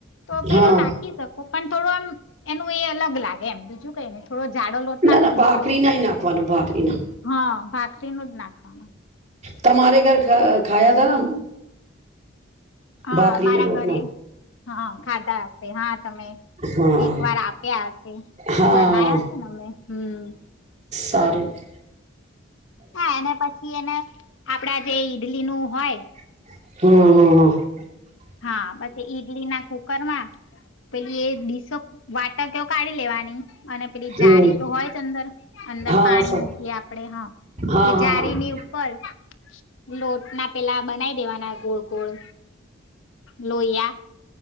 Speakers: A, on the left (about 75°); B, on the right (about 35°).
A: તો પેલો
B: હા
A: નાખી શકો પણ થોડું આ એનું એ અલગ લાગે એમ બીજું કઈને થોડો જાડો લોટ નાખો
B: ના ના
A: તો
B: ભાખરી
A: થોડું
B: ના નાખવાનું ભાખરી ના
A: હા ભાખરીનું જ નાખવાનું
B: તમારે ઘરા ખાયા તા
A: હા
B: ભાખરીને
A: અ મારા
B: લોટનો
A: ઘરે હા ખાધા હશે હા તમે
B: હા
A: એક વાર આપ્યા હશે
B: હા
A: બના્યા છે ને અમે હમ
B: તારેખ
A: હા એને પછી એને આપડા જે ઈડલીનુંું હય
B: હમ હમ હ
A: હા બ ડલી ના કુકર માં પેલી એ ડીસો વાટક કાઢી લેવાની અને પેલી જારી
B: હમ
A: તો હોય જ અંદર અંદર
B: હા
A: પાણી
B: સર
A: મૂકીએ આપડે હા
B: હા
A: એ
B: હા
A: જારીની
B: હા
A: ઉપર લોટ ના પેલા બનાઈ દેવાના ગોળ ગોળ લોહિયા